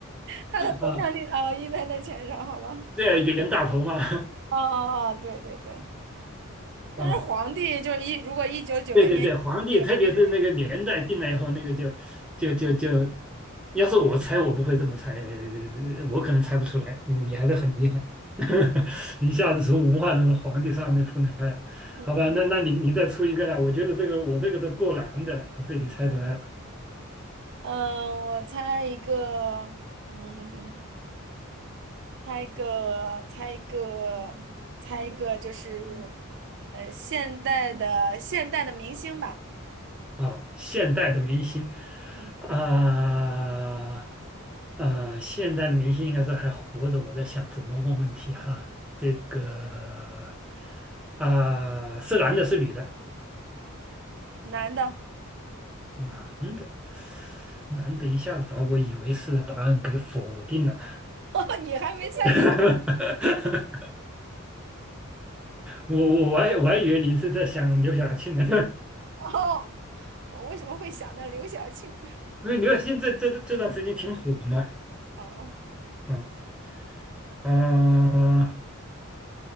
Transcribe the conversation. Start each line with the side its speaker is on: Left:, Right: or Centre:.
Right: 他的头像立哦印在在钱上，
Centre: 啊，
Right: 好吧？
Centre: 对啊，袁大头嘛，
Right: 哦哦哦，对对对，但是皇帝就是一如果一九九零年一九零零年，
Centre: <laughs> 啊，对对对，皇帝，特别是那个年代定了以后，那个就就就就，
Right: 嗯
Centre: 要是我猜，我不会这么猜，呃我可能猜不出来，你还是很厉害，<laughs> 一下子从文化那个皇帝上面分开了，
Right: 嗯嗯
Centre: 好吧，那那你你再出一个来，我觉得这个我这个都够难的了，被你猜出来了。
Right: 嗯。嗯，我猜一个，嗯，猜一个，猜一个，猜一个，就是，呃，现代的现代的明星吧，
Centre: 啊，现代的明星，
Right: 嗯，
Centre: 啊、啊、现代的明星应该是还活着。我在想怎么问问题哈，
Right: 嗯，
Centre: 这个啊、是男的，是女的？
Right: 男的，
Centre: 男的，男的，一下子把我以为是答案给否定了。
Right: <laughs> 你还没猜都可
Centre: <laughs>
Right: 没
Centre: 我我我还我还以为你是在想刘晓庆呢，
Right: 到，我为什么会想到刘晓庆？
Centre: <laughs> 因为刘晓庆这这这段时间挺火嘛，
Right: 哦，
Centre: 嗯啊。啊